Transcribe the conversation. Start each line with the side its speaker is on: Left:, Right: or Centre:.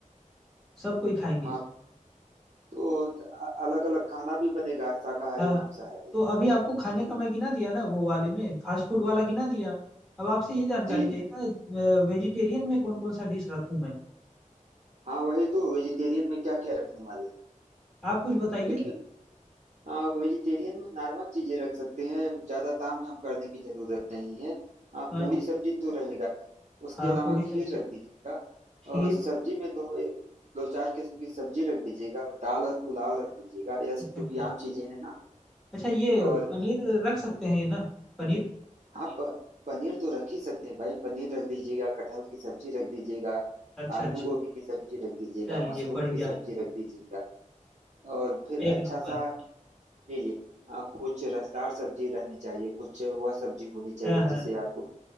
Centre: सब कोई खाएंगे
Right: हाँ तो अलग अलग खाना भी बनेगा शाकाहारी
Centre: हाँ
Right: मांसाहारी
Centre: तो अभी आपको खाने का मैं गिना दिया ना वो वाले में फास्ट फूड वाला गिना दिया अब आपसे ये जानकारी
Right: जी
Centre: चाहिए
Right: जी
Centre: था वेजिटेरियन में कौन कौन सा डिश रखूं मैं
Right: हाँ वही तो वेजिटेरियन में क्या क्या रखने वाले हैं?
Centre: आप कुछ बताइए
Right: देखिए आ, वेजिटेरियन में नॉर्मल चीजें रख सकते हैं ज्यादा ताम झाम करने की जरूरत नहीं है आ,
Centre: हाँ
Right: पूरी
Centre: जी
Right: सब्जी तो रहेगा ही। उसके
Centre: हाँ
Right: अलावा
Centre: पूरी सब्जी
Right: खीर रख दीजिएगा
Centre: खीर
Right: और सब्जी में दो ए- दो चार किस्म की सब्जी रख दीजिएगा दाल और पुलाव रख दीजिएगा यह
Centre: अच्छा
Right: सब चूंकि
Centre: अच्छा
Right: आम चीजें हैं ना
Centre: अच्छा ये
Right: और
Centre: पनीर रख सकते हैं ना पनीर
Right: हाँ प, पनीर तो रख ही सकते हैं भाई पनीर रख दीजिएगा कटहल की सब्जी रख दीजिएगा
Centre: अच्छा
Right: आलू
Centre: अच्छा
Right: गोभी की सब्जी रख दीजिएगा
Centre: चलिए
Right: मशरूम
Centre: बढ़िया
Right: की सब्जी
Centre: है
Right: रख दीजिएगा और फिर
Centre: एक
Right: अच्छा
Centre: नंबर
Right: सा जी जी आ, कुछ रसदार सब्जी रहनी चाहिए कुछ वह सब्जी होनी चाहिए
Centre: हाँ हाँ
Right: जिसे आप